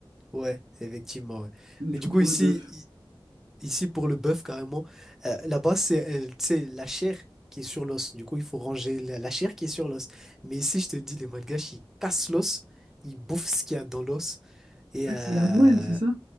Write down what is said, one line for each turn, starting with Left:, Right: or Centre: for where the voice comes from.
Centre: Ouais, effectivement, ouais.
Right: Mais du
Centre: Mais du
Right: coup
Centre: coup,
Right: pour
Centre: ici,
Right: le bœuf,
Centre: i- ici pour le bœuf, carrément, euh, là-bas, c'est euh, tu sais, la chair qui est sur l'os. Du coup, il faut ranger la, la chair qui est sur l'os. Mais ici, je te dis, les Malgaches, ils cassent l'os, ils bouffent ce qu'il y a dans l'os. Et,
Right: ouais,
Centre: euh,
Right: c'est la moelle, c'est ça?